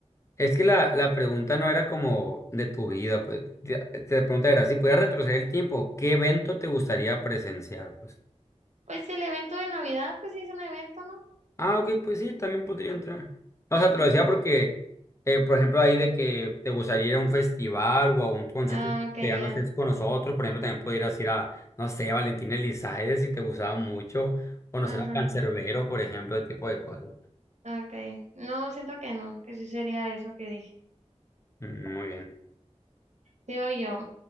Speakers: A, on the left (about 25°); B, on the right (about 80°).
A: Es que la, la pregunta no era como de tu vida, pues, te, te- la pregunta era, si pudieras retroceder el tiempo, ¿qué evento te gustaría presenciar, pues?
B: Pues el evento de Navidad, pues sí es un evento, ¿no?
A: Ah, ok, pues sí, también podría entrar. No, o sea, te
B: Ujú.
A: lo decía porque, eh, por ejemplo, ahí de que te gustaría ir a un festival o a un concierto
B: Ah, ok, ya.
A: que ya no estés con nosotros, por ejemplo, también podrías ir a, no sé, Valentín Elizalde si te gustaba mucho, conocer
B: Ajá,
A: a Cancerbero, por ejemplo, ese tipo de cosas.
B: ok. No, siento que no, que sí sería eso que dije.
A: Mm, Muy bien.
B: Digo yo.